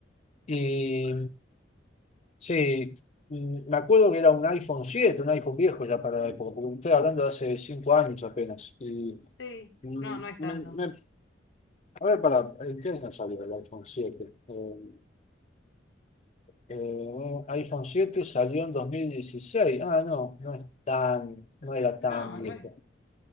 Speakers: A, on the left; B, on the left.
A: Y Sí, mm, me acuerdo que era un iPhone siete, un iPhone viejo ya para la época, porque estoy hablando de hace 5 años apenas. Y,
B: sí.
A: mm,
B: No, no es
A: me-
B: tanto.
A: me- a ver, para, ¿en qué año salió el iPhone siete? Eh, eh, iPhone siete salió en 2016. Ah, no, no es tan, no era
B: No,
A: tan viejo.
B: no es.